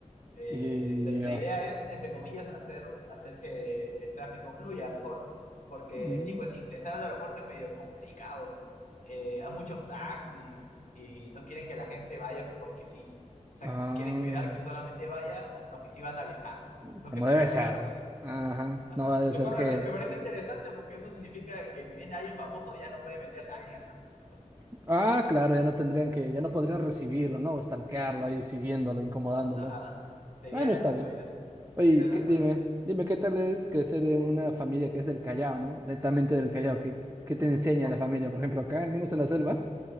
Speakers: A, on the left; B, on the right.
A: Eh,
B: Y
A: la, la
B: Dios.
A: idea es, entre comillas, hacer, hacer que el tráfico fluya mejor. Porque
B: Mm,
A: sí, pues ingresar al aeropuerto es medio complicado. Eh, hay muchos taxis y no quieren que la gente vaya porque sí. O sea,
B: Ah,
A: quieren cuidar que solamente vaya los que sí van a viajar, no
B: como
A: que se
B: debe
A: cuelen
B: ser.
A: otras personas.
B: Ajá.
A: Ajá.
B: No va a
A: Lo
B: ser
A: cual
B: que.
A: me, pare- me parece interesante porque eso significa que si viene alguien famoso, ya no puede meterse a alguien al aeropuerto. porque sí.
B: Ah, claro, ya no tendrían que, ya no podrían recibirlo, ¿no? O estanquearlo ahí, siguiéndolo, incomodándolo.
A: Ajá. Sería
B: Bueno,
A: las
B: está
A: afueras.
B: bien. Oye,
A: Sería las
B: ¿qué-
A: afueras.
B: dime, dime, ¿qué tal es crecer en una familia que es del Callao, ¿no? Netamente del Callao. ¿Qué, qué te enseña la familia? Por ejemplo, acá, al menos en la selva.